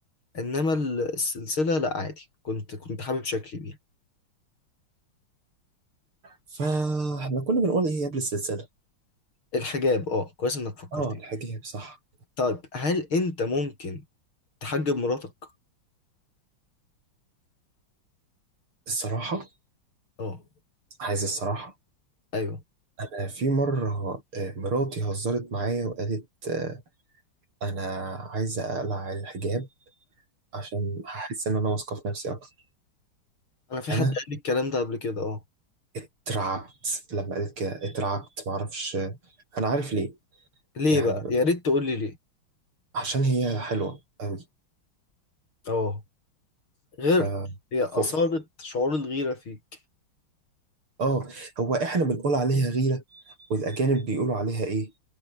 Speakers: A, on the left (about 75°); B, on the right (about 90°).
A: إنما ال- السلسلة لأ عادي كنت كنت حابب شكلي بيها
B: فاحنا كنا بنقول ايه قبل السلسلة
A: الحجاب اه كويس إنك فكرتني
B: اه الحاجة هي بصح
A: طيب هل أنت ممكن تحجب مراتك؟
B: الصراحة
A: اه
B: عايز الصراحة
A: أيوه
B: انا في مرة آه، مراتي هزرت معايا وقالت آه، انا عايزة اقلع الحجاب عشان هحس ان انا واثقة في نفسي اكتر
A: أنا في حد
B: انا
A: قال لي الكلام ده قبل كده اه
B: اترعبت لما قالت كده اترعبت معرفش آه، انا عارف ليه
A: ليه
B: يعني
A: بقى؟ يا ريت تقول لي ليه
B: عشان هي حلوة قوي
A: اه غيرك
B: فخفت
A: هي أصالة شعور الغيرة فيك
B: اه هو احنا بنقول عليها غيرة والاجانب بيقولوا عليها ايه